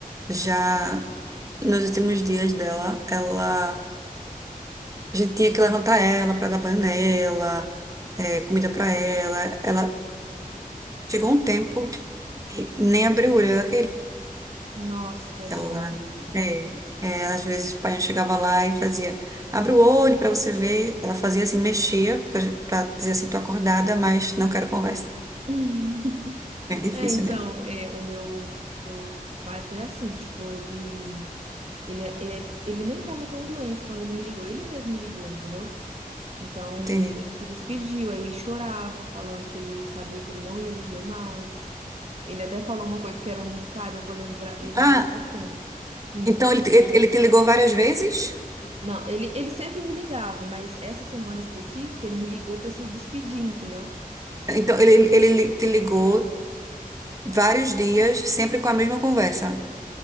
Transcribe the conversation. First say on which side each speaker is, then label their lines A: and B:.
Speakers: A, on the right; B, on the right.
A: já nos últimos dias dela, ela a gente tinha que levantar ela para dar banho nela, eh, comida para ela. Ela chegou um tempo que nem a brulha ela queria.
B: Nossa, tadinha.
A: Ela, é, é, às vezes o pai chegava lá e fazia, abre o olho para você ver. Ela fazia assim, mexia para dizer assim, tô acordada, mas não quero conversa.
B: <laughs>
A: É difícil,
B: É, então,
A: né?
B: é, o meu, meu pai foi assim, tipo, ele. Ele, é- ele, é- ele nem estava tão doente quando ele me ligou, ele mesmo me ligou, entendeu? Então
A: Entendi.
B: ele se despediu, aí ele chorava, falando que ele sabia que ele não ia me ver mais. Ele até falou uma coisa que era, um- cara, eu vou lembrar, levar
A: E- Ah,
B: isso pra sempre. Hum.
A: então ele, te- ele te ligou várias vezes?
B: Não, ele, ele sempre me ligava, mas essa semana específica ele me ligou pra se despedir, entendeu?
A: Então ele, ele li- te ligou vários dias, sempre com a mesma conversa.